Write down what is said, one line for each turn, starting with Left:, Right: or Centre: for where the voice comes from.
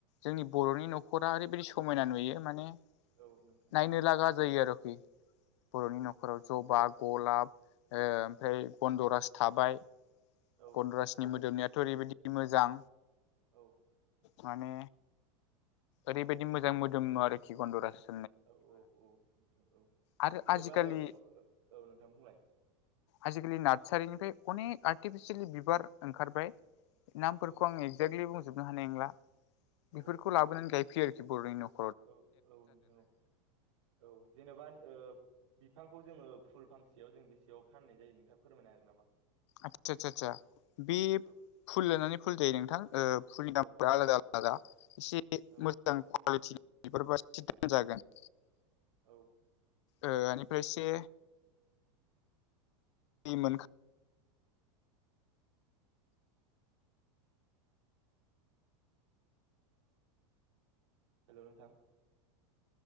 Left: जोंनि बरनि
Right: औ
Left: नखरा ओरैबायाददि समायना नुयो माने
Right: औ नोंथां
Left: नायनो लागा जायो आरोखि बरनि
Right: औ
Left: नखराव जबा गलाब ओ ओमफ्राय गन्दरास थाबाय
Right: औ
Left: गन्दरासनि मोदोमनाया थ ओरैबायदि मोजां
Right: औ
Left: माने ओरैबायदि मोजां मोदोमो आरोखि गन्दरास
Right: औ औ औ थ औ
Left: आरो
Right: जेनेबा
Left: आजिखालि
Right: ओ औ नोंथां बुंलाय
Left: आजिखालि नार्सारिनिफ्राय अनेक आर्टिफिसियेलि बिबार ओंखारबाय नामफोरखौ
Right: औ नोंथां
Left: आं एगजेक्टलि बुंजोबनो हानाय नंला
Right: औ
Left: बेफोरखौ लाबोनानै गायफैयो आरोखि बरनि नख
Right: औ औ नोंथां औ औ जेनेबा नो ओ बिफां खौ जोङो फुल फांसेयाव जों बेसेयाव फाननाय जायो नोंथाङा फोरमायनो हागोन नामा
Left: आदसा आतसा आतसा बे
Right: औ
Left: फुल लानानै फुल जायो नोंथां ओ फुलनि
Right: औ
Left: दामफोरा
Right: औ
Left: आलादा
Right: नोंथां
Left: आलादा एसे
Right: औ
Left: मोजां कवालिटिनि बेफोर <unintelligible> जागोन
Right: औ
Left: ओ ओनिफ्राय एसे दैै मोनखा
Right: हेलौ नोंथां